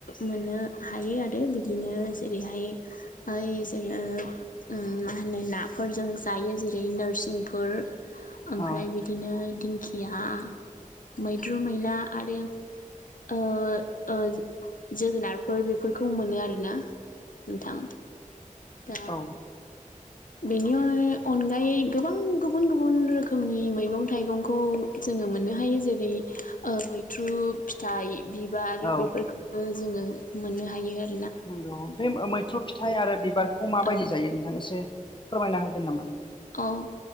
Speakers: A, on the left (about 75°); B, on the left (about 35°).
A: मोननो हायो आरो बिदिनो जेरैहाय ओ जोङो ओम होनो नाफोरजों जायो जेरै नोरसिंफोर ओमफ्राय
B: औ
A: बिदिनो दिंखिया मै बाद्रु मैला आरो ओ ओ जोगोनारफोर बेफोरखौ मोनो आरोना नोंथां दा
B: औ
A: बेनि अनगायै गोबां गुबुन गुबुन रोखोमनि मैगं थाइगंखौ जोङो मोननो हायो जेरै ओ मैथ्रु फिथाइ बिबार
B: औ
A: बेफोरखौनो जोङो मोननो हायो आरो
B: नंगौ बे मैथ्रु फिथाइ आरो बिबारखौ माबायदि
A: औ
B: जायो नोंथाङा एसे फोरमायना होगोन नामा
A: औ